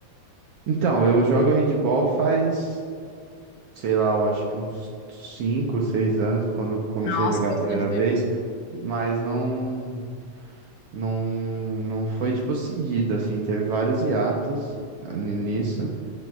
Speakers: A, on the right; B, on the left.
A: Então, eu jogo handball faz, sei lá, eu acho que uns 5 6 anos, quando eu comecei
B: Nossa,
A: a jogar
B: bastante
A: a primeira vez,
B: tempo.
A: mas não, não, não foi, tipo, seguido, assim, teve vários hiatos ah, nisso.